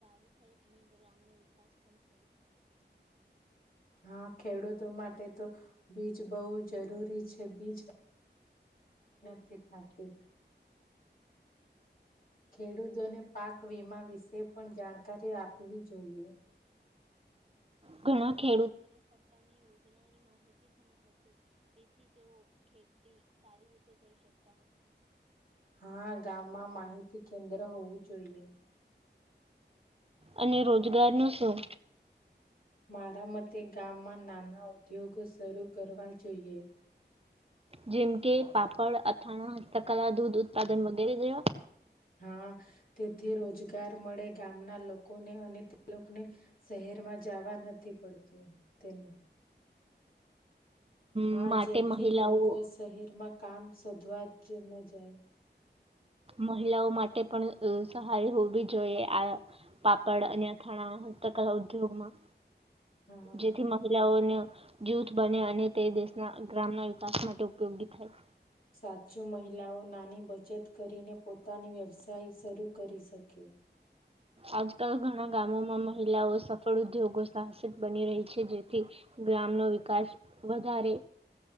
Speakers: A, on the left; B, on the right.
A: હા ખેડૂતો માટે તો બીજ બહુ જરૂરી છે બીજ <unintelligible> ખેડૂતોને પાક વીમા વિશે પણ જાણકારી આપવી જોઈએ.
B: ઘણા ખે
A: <inaudible>
B: અને રોજગારનું શું?
A: મારા મતે ગામમાં નાના ઉદ્યોગો શરૂ કરવા જોઈએ.
B: જેમ કે પાપડ, અથાણા, હસ્તકલા, દૂધ ઉત્પાદન વગેરે જેવા
A: હા, તેથી રોજગાર મળે ગામના લોકોને અને તે લોકોને શહેર માં જવા નથી પડતું. તન. હા,
B: મ, માટે
A: જેથી
B: મહિલાઓ
A: લોકો શહેરમાં કામ શોધવા જે ન જાય.
B: મહિલાઓ માટે પણ સહારી હોવી જોઈએ, આ પાપડ અને અથાણા ઉદ્યોગમાં.
A: હા
B: જેથી મહિલાઓને જૂથ બને અને તે દેશના ગ્રામના વિકાસ માટે ઉપયોગી થાય.
A: સાચું મહિલાઓ નાની બચત કરીને પોતાનો વ્યવસાય શરૂ કરી શકે.
B: આજકાલ ઘણા ગામોમાં મહિલાઓ સફળ ઉદ્યોગો સાહસિક બની રહી છે, જેથી ગ્રામનો વિકાસ વધારે